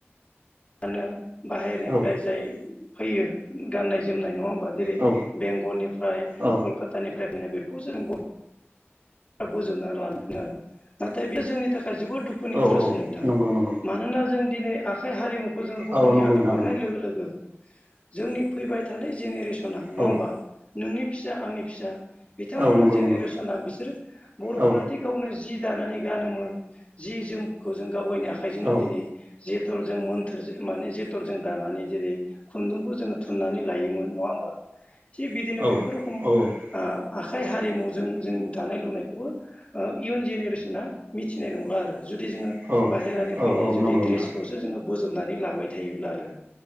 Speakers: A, on the left; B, on the right.
A: मानो बाहेरनिफ्राय
B: औ
A: जाय फैयो गाननाय जोमनाय नङा- बा जेरै
B: औ
A: बेंगलनिफ्राय
B: औ
A: कलकातानिफ्राय फैनाय बेखौ जों बोजोबनानै लायो नाथाय बे जोंनि थाखाय जोबोद दुखुनि
B: औ
A: बाथ्रासो
B: औ
A: नोंथां
B: नंगौ नंगौ
A: मानोना जों दिनै आखाइ हारिमु- खौ जों गुबुननि
B: औ नंगौ
A: हाथाय
B: नोंथां
A: हरनाय
B: नंगौ
A: लोगो लोगो जोंनि फैबाय थानाय जेनेरेसन सना नङाबा
B: औ
A: नोंनि फिसा आंनि फिसा बिथांमोना
B: औ नंगौ
A: जेनेरेसना
B: नंगौ
A: बिसोर बर'फोराद
B: औ
A: गावनो जि दानानै गानोमोन जि जोमखौ जों गावगायनो आखाइ जोंनो
B: औ
A: दिनै जेथर जों मोन थोरजों माने जेथरजों दानानै जेरै खुन्दुंखौ जोङो थुननानै लायोमोन नङा होमबा थिग बिदिनो
B: औ
A: बेफोर रोखम
B: औ
A: आखाइ हारिमुजों जों दानाय लुनायखौबो इयुन जेनेरेसना मिथिनाय नंला आरो जुदि जोङो
B: औ
A: बाहेरानि
B: औ
A: फैनाय
B: औ
A: जुदि
B: नंगौ
A: ड्रेसखौसो
B: नोंथां
A: जोङो बोजबनानै लाबाय थायोब्ला आरो।